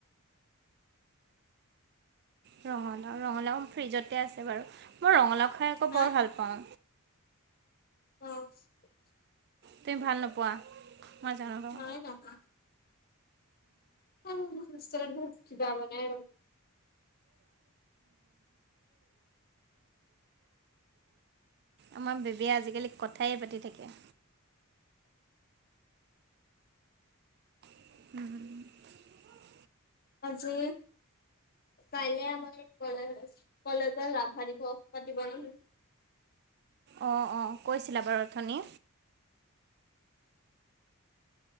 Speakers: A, on the right (about 50°); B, on the left (about 45°).
A: ৰঙালাও, ৰঙালাও, ফ্ৰিজতে আছে বাৰু, মই ৰঙালাও খাই আকৌ
B: হা
A: বৰ ভাল পাওঁ।
B: অ'।
A: তুমি ভাল নোপোৱা?
B: <unintelligible>
A: মই জানো বাৰু
B: মোৰ ইনষ্ট্ৰগ্ৰ্যম টো কিবা মানে
A: আমাৰ বেবীয়ে আজিকালি কথাই পাতি থাকে। উম।
B: আজি, কাইলে আমাৰ কলে-কলেজত ৰাভা দিৱস পাতিব নহয়।
A: অ', অ', কৈছিলা বাৰু অথনি